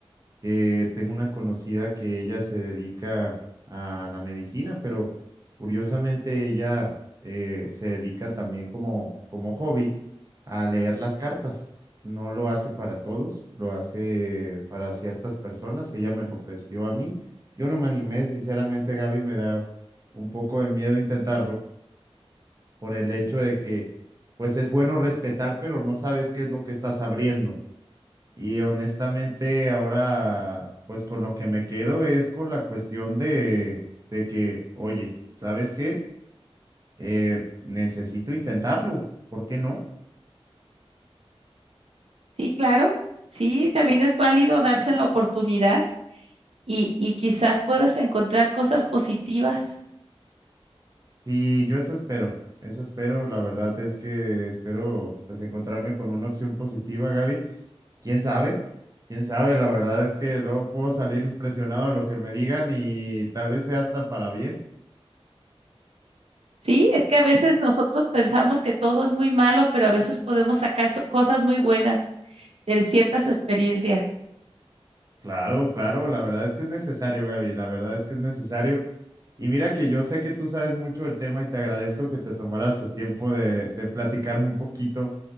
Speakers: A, on the right; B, on the right.
A: que tengo una conocida que ella se dedica a la medicina, pero curiosamente ella eh, se dedica también como, como hobby a leer las cartas. No lo hace para todos, lo hace para ciertas personas. Ella me lo ofreció a mí. Yo no me animé, sinceramente, Gaby, me da un poco de miedo intentarlo por el hecho de que, pues es bueno respetar, pero no sabes qué es lo que estás abriendo. Y honestamente, ahora, pues con lo que me quedo es con la cuestión de, de que, oye, ¿sabes qué? Eh, necesito intentarlo, ¿por qué no?
B: Sí, claro, sí, también es válido darse la oportunidad y, y quizás puedas encontrar cosas positivas.
A: Sí, yo eso espero, eso espero, la verdad es que espero pues encontrarme con una opción positiva, Gaby. ¿Quién sabe? ¿Quién sabe? La verdad es que luego puedo salir impresionado de lo que me digan y tal vez sea hasta para bien.
B: Sí, es que a veces nosotros pensamos que todo es muy malo, pero a veces podemos sacar so- cosas muy buenas de ciertas experiencias.
A: Claro, claro, la verdad es que es necesario, Gaby, la verdad es que es necesario. Y mira que yo sé que tú sabes mucho del tema y te agradezco que te tomaras el tiempo de, de platicarme un poquito